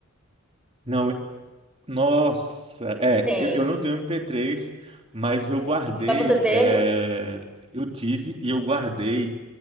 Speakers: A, on the right; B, in the centre.
A: não, nossa, é,
B: Tenho.
A: eu, eu não tenho MP3, mas eu guardei,
B: Mas você teve?
A: é, eu tive e eu guardei